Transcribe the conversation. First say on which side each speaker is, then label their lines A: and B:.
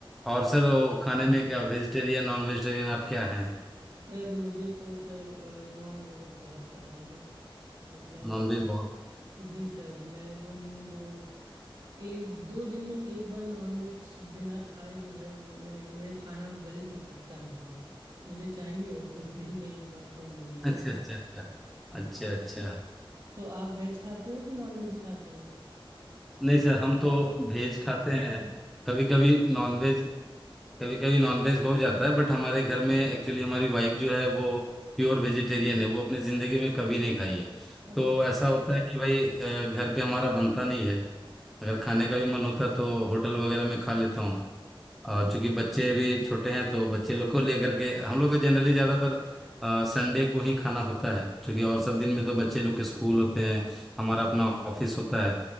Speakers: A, in the centre; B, on the right (about 55°).
A: और सर वो खाने में क्या वेजिटेरियन नॉन वेजिटेरियन आप क्या हैं
B: सर मुझे तो सर नॉन वेज बहुत पसंद है मतलब
A: नॉन वेज बहुत
B: जी सर मैं जो हूँ वो एक दो दिन में एक बार नॉन वेज बिना खाए जो है वो मैं मेरा खाना गले से उतरता नहीं है मुझे चाहिए दो <laughs> दिन में एक बार तो नॉन वेज
A: <laughs> अच्छा अच्छा अच्छा अच्छा अच्छा
B: तो आप वेज खाते हो कि नॉन वेज ही खाते हो
A: नहीं सर हम तो वेज खाते हैं कभी कभी नॉन वेज कभी कभी नॉन वेज हो जाता है बट हमारे घर में एक्चुअली हमारी वाइफ जो है वो प्योर वेजिटेरियन है वो अपनी ज़िंदगी में कभी नहीं खाई है
B: अरे
A: तो ऐसा होता है कि भाई अ, घर पे हमारा बनता नहीं है अगर खाने का भी मन होता तो होटल वगैरह में खा लेता हूँ और चूंकि बच्चे अभी छोटे हैं तो बच्चे लोग को लेकर के हम लोग का जनरली ज्यादातर संडे को ही खाना होता है चूंकि और सब दिन में तो बच्चे लोग के स्कूल होते हैं हमारा अपना ऑफिस होता है